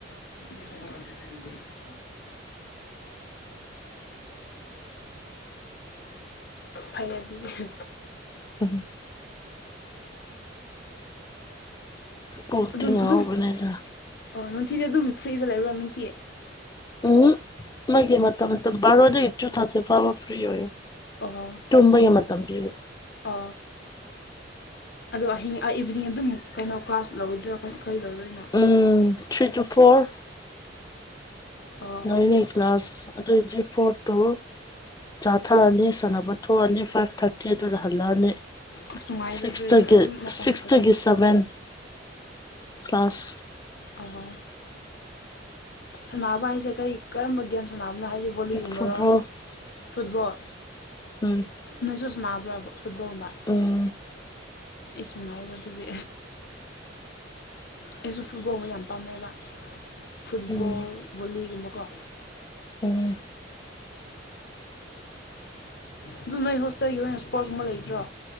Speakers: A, on the left; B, on the left.
A: <inaudible> ꯐꯩ ꯑꯗꯨꯗꯤ
B: ꯎꯝ ꯀꯣꯛꯇꯤ
A: ꯑꯗꯨꯝ
B: ꯉꯥꯎꯕꯅꯦꯗ
A: ꯑꯗꯨꯝ
B: ꯑꯗꯣ
A: ꯑꯣ ꯅꯨꯡꯊꯤꯜꯗꯤ ꯑꯗꯨꯝ ꯐ꯭ꯔꯤꯗ ꯂꯩꯕ꯭ꯔꯣ ꯅꯨꯡꯊꯤ
B: ꯎꯝ ꯃꯒꯤ ꯃꯇꯝ ꯕꯥꯔꯣꯗꯒꯤ ꯇꯨ ꯊꯥꯔꯇꯤ ꯐꯥꯎꯕ ꯐ꯭ꯔꯤ ꯑꯣꯏ
A: ꯑꯣ
B: ꯇꯨꯝꯕꯒꯤ ꯃꯇꯝ ꯄꯤꯕ
A: ꯑꯣ ꯑꯗꯣ ꯑꯍꯤꯡ ꯑꯥ ꯏꯚꯤꯅꯤꯡ ꯑꯗꯨꯝ ꯀꯩꯅꯣ ꯀ꯭ꯂꯥꯁ ꯂꯧꯒꯗ꯭ꯔꯥ ꯀꯔꯤ ꯂꯧꯗꯣꯏꯅꯣ
B: ꯎꯝ ꯊ꯭ꯔꯤ ꯇꯨ ꯐꯣꯔ
A: ꯑꯣ
B: ꯅꯣꯏꯅꯦ ꯀ꯭ꯂꯥꯁ ꯑꯗꯨꯗꯤ ꯐꯣꯔ ꯇꯨ ꯆꯥ ꯊꯛꯑꯅꯤ ꯁꯥꯟꯅꯕ ꯊꯣꯛꯑꯅꯤ ꯐꯥꯏꯚ ꯊꯥꯔꯇꯤ ꯑꯗꯨꯗ ꯍꯜꯂꯛꯑꯅꯤ
A: ꯑꯁ ꯅꯨꯡꯉꯥꯏꯗꯗꯣꯏ
B: ꯁꯤꯛꯁꯇꯒꯤ
A: ꯑꯗꯨꯝ ꯃꯇꯝ
B: ꯁꯤꯛꯁꯇꯒꯤ
A: ꯐꯖꯅ
B: ꯁꯚꯦꯟ ꯀ꯭ꯂꯥꯁ
A: ꯑꯋꯥ ꯁꯥꯟꯅꯕ ꯍꯥꯏꯁꯦ ꯀꯔꯤ ꯀꯔꯝꯕ ꯒꯦꯝ ꯁꯥꯟꯅꯕꯅꯣ ꯍꯥꯏꯖꯕꯨ ꯒꯣꯂꯤꯒꯨꯝꯃꯔ
B: ꯐꯨꯠꯕꯣꯜ
A: ꯐꯨꯠꯕꯣꯜ
B: ꯎꯝ
A: ꯅꯣꯏꯁꯨ ꯁꯥꯟꯅꯕ꯭ꯔꯕ ꯐꯨꯠꯕꯣꯜꯗ
B: ꯎꯝ
A: ꯑꯁ ꯅꯨꯉꯥꯏ ꯑꯗꯨꯗꯤ ꯑꯩꯁꯨ ꯐꯨꯠꯕꯣꯜ ꯌꯥꯝ ꯄꯥꯝꯅꯩꯑꯕ ꯐꯨꯠꯕꯣꯜ
B: ꯎꯝ
A: ꯕꯣꯂꯤꯒꯨꯝꯕꯀꯣ
B: ꯎꯝ
A: ꯑꯗꯨ ꯅꯣꯏ ꯍꯣꯁꯇꯦꯜꯒꯤ ꯑꯣꯏꯅ ꯏꯁꯄꯣꯔꯠꯁꯀꯨꯝꯕ ꯂꯩꯗ꯭ꯔꯣ